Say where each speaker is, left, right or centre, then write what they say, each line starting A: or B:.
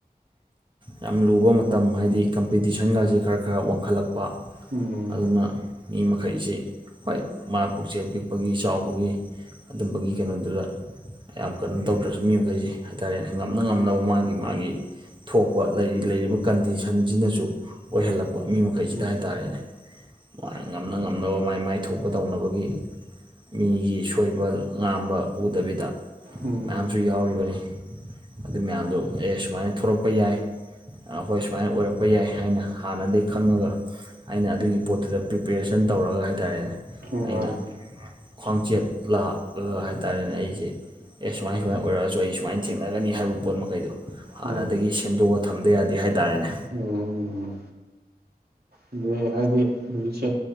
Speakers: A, on the right; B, on the right.
A: ꯌꯥꯝ ꯂꯨꯕ ꯃꯇꯝ ꯍꯥꯏꯗꯤ ꯀꯝꯄꯤꯇꯤꯁꯟꯒꯥꯁꯤ ꯈꯔ ꯈꯔ ꯋꯥꯡꯈꯠꯂꯛꯄ ꯄ
B: ꯎꯝ
A: ꯑꯗꯨꯅ ꯃꯤ ꯃꯈꯩꯁꯤ ꯍꯣꯏ ꯃꯥ ꯄꯨꯛꯆꯦꯜ ꯄꯤꯛꯄꯒꯤ ꯆꯥꯎꯕꯒꯤ ꯑꯗꯨꯝꯕꯒꯤ ꯀꯩꯅꯣꯗꯨꯗ ꯌꯥꯝ ꯀꯟꯅ ꯇꯧꯗ꯭ꯔꯁꯨ ꯃꯤ ꯃꯈꯩꯁꯦ ꯍꯥꯏ ꯇꯥꯔꯦ ꯉꯝꯅ ꯉꯝꯅꯕ ꯃꯥꯒꯤ ꯃꯥꯒꯤ ꯊꯣꯛꯄ ꯂꯩꯔꯤ ꯂꯩꯔꯤꯕ ꯀꯟꯗꯤꯁꯟꯁꯤꯅꯁꯨ ꯑꯣꯏꯍꯜꯂꯛꯄ ꯃꯤ ꯃꯈꯩꯁꯤꯗ
B: ꯎꯝ
A: ꯍꯥꯏꯇꯥꯔꯦꯅꯦ ꯃꯥ ꯉꯝꯅ ꯉꯝꯅꯕ ꯃꯥꯏ ꯃꯥꯏ ꯊꯣꯛꯄ ꯇꯧꯅꯕꯒꯤ ꯃꯤꯒꯤ ꯁꯣꯏꯕ ꯉꯥꯝꯕ ꯎꯗꯕꯤꯗ
B: ꯎꯝ
A: ꯃꯌꯥꯝꯁꯨ ꯌꯥꯎꯔꯤꯕꯅꯤ ꯑꯗꯨ ꯃꯌꯥꯝꯗꯣ ꯑꯦ ꯁꯨꯃꯥꯏꯅ ꯊꯣꯔꯛ ꯄ ꯌꯥꯏ ꯑꯩꯈꯣꯏ ꯁꯨꯃꯥꯏꯅ ꯑꯣꯏꯔꯛꯄ ꯌꯥꯏ ꯍꯥꯏꯅ ꯍꯥꯟꯅꯗꯒꯤ ꯈꯪꯉꯒ ꯑꯩꯅ ꯑꯗꯨꯒꯤ ꯄꯣꯠꯇꯨꯗ ꯄ꯭ꯔꯤꯄꯦꯔꯦꯁꯟ ꯇꯧꯔꯒ ꯍꯥꯏꯇꯥꯔꯦꯅꯦ
B: ꯎꯝ
A: ꯑꯩꯅ
B: ꯃꯥꯅꯤ
A: ꯈ꯭ꯋꯥꯡꯆꯦꯠ ꯂꯥꯛꯂꯒ ꯍꯥꯏꯇꯥꯔꯦꯅꯦ ꯑꯩꯁꯦ ꯑꯦ ꯁꯨꯃꯥꯏ ꯁꯨꯃꯥꯏ ꯑꯣꯏꯔꯛꯑꯁꯨ ꯑꯩ ꯁꯨꯃꯥꯏꯅ ꯊꯦꯡꯅꯒꯅꯤ ꯍꯥꯏꯕ ꯄꯣꯠ ꯃꯈꯩꯗꯣ ꯍꯥꯟꯅ
B: ꯃꯥꯅꯤ
A: ꯗꯒꯤ ꯁꯦꯝꯗꯣꯛꯑ ꯊꯝꯗ ꯌꯥꯗꯦ ꯍꯥꯏꯇꯥꯥꯔꯦꯅꯦ
B: ꯎꯝ ꯎꯝ ꯑꯗꯩ ꯍꯥꯏꯗꯤ ꯍꯧꯖꯤꯛꯁꯦ